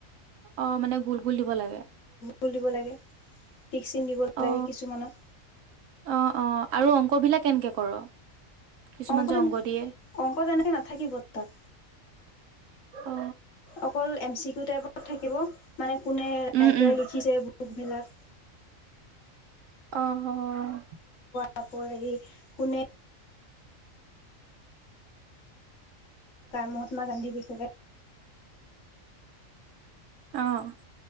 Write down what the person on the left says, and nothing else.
গুলিব লাগে টিকচিন দিব লাগে
কিছুমানত
অংকত
অংকত এনেকে নাথাকিব তাত
অকল এম চি ত টাইপত থাকিব মানে কোনে ৰাইটাৰ
লিখিছে বুক বিলাক
তাপ হেৰি কোনে? মহাত্মা গান্ধীৰ বিষয়ে,